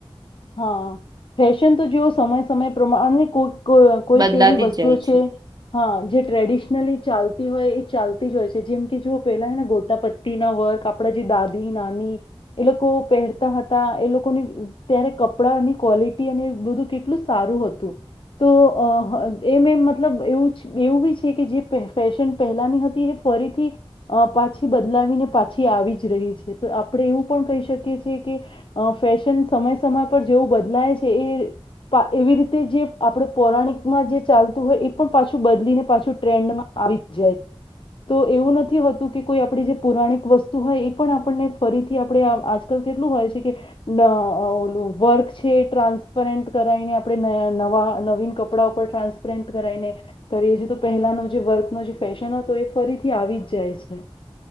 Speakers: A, on the left; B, on the right.
A: હા ફેશન તો જોવો સમય સમય પ્રમાણની કોઈ કો કોઈક
B: બદલાતી
A: એવી વસ્તુઓ
B: જ જાય
A: છે, હા, જે ટ્રેડિશનલી ચાલ હોય એ ચાલતી જ હોય છે, જેમ કે જુઓ પેલા હેને, ગોટા પત્તીના વર્ક, આપણા જે દાદી નાની એ લોકો પહેરતા હતા એ લોકોની ત્યારે કપડાંની ક્વોલિટી અને બધું કેટલું સારું હતું. તો અ, એમ એમ મતલબ એવું એવું બી છે કે જે ફેશન પહેલાંની હતી એ ફરીથી અ પાછી બદલાવીને પાછી આવી જ રહી છે, તો આપણે એવું પણ કહી શકીએ છીએ કે ફેશન સમય સમય પર જેવું બદલાય છે, એ એવી રીતે જે આપડ પૌરાણિકમાં જે ચાલતું હોય એ પણ પાછું બદલીને પાછું ટ્રેન્ડમાં આવી જ જાય. તો એવું નથી હોતું કે કોઈ આપણી જે પુરાણિક વસ્તુ હોય એ પણ આપણને ફરીથી થી આપણે, આજકાલ કેટલું હોય છે કે ન બોલ વર્ક છે એ ટ્રાન્સફર કરાઈને આપણે નયા નવીન કપડા ઉપર ટ્રાન્સપરેન્ટ કરાવાઈને કરીએ છીએ, તો પહેલાનો જે વર્કનો જે ફેશન હતો, એ ફરીથી આવી જ જાય છે.